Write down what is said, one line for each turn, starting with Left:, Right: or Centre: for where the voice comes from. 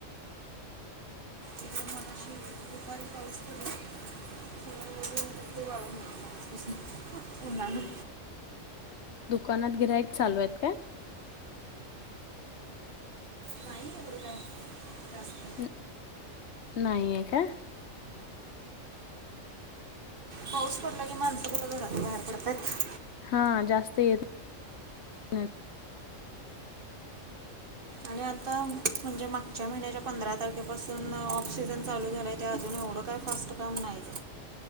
Right: इकडे मगाशी दुपारी पाऊस पडला सगळं ओलं झालं, ते वाळून गेलं माणसापासून. उन्हानं
Left: दुकानात गिरायक चालू आहेत काय?
Right: नाही एवढं काय जास्त
Left: न नाहीये का?
Right: पाऊस पडला की, माणसं कुठं घरातन बाहेर पडतयात?
Left: हा जास्त येत नाही.
Right: आणि आता म्हणजे मागच्या महिन्याच्या पंधरा तारखेपासून ऑफ सिजन चालू झालंय. ते अजून एवढं काय फास्ट काम नाहीच.